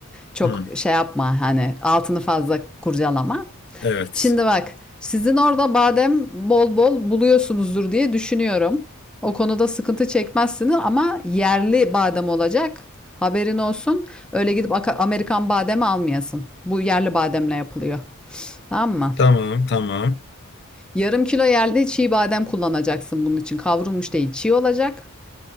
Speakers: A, in the centre; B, on the left.
A: Çok
B: Hı.
A: şey yapma hani altını fazla kurcalama.
B: Evet.
A: Şimdi bak, sizin orada badem bol bol buluyorsunuzdur diye düşünüyorum. O konuda sıkıntı çekmezsiniz ama yerli badem olacak. Haberin olsun. Öyle gidip Aka- Amerikan bademi almayasın. Bu yerli bademle yapılıyor. Tamam mı?
B: Tamam, tamam.
A: Yarım kilo yerli çiğ badem kullanacaksın bunun için. Kavrulmuş değil, çiğ olacak.